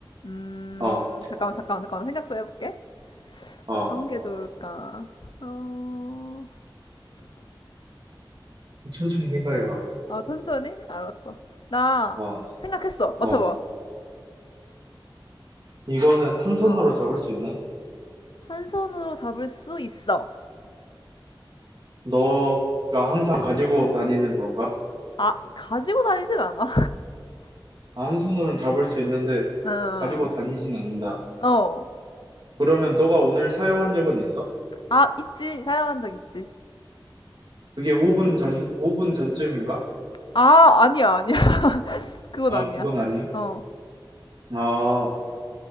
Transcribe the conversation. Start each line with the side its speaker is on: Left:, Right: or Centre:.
Left: 음,
Right: 어,
Left: 잠깐만, 잠깐만, 잠깐만. 생각 좀 해볼게.
Right: 어.
Left: 어떤 게 좋을까? 어,
Right: 천천히 생각해봐.
Left: 아, 천천히? 알았어. 나
Right: 어,
Left: 생각했어. 맞춰봐.
Right: 어. 이거는 한 손으로
Left: 어.
Right: 잡을 수 있나?
Left: 한 손으로 잡을 수 있어.
Right: 너가 항상 가지고 다니는 건가?
Left: 아, 가지고 다니진 않아.
Right: 아, 한 손으로는 잡을 수 있는데
Left: <laughs> 어,
Right: 가지고 다니진 않는다.
Left: 어.
Right: 그러면 너가 오늘 사용한 적은 있어?
Left: 아, 있지. 사용한 적 있지.
Right: 그게 5분 전, 5분 전쯤인가?
Left: 아, 아니야, 아니야. <laughs> 그건
Right: 아,
Left: 아니야.
Right: 그건 아니야.
Left: 어,
Right: 아,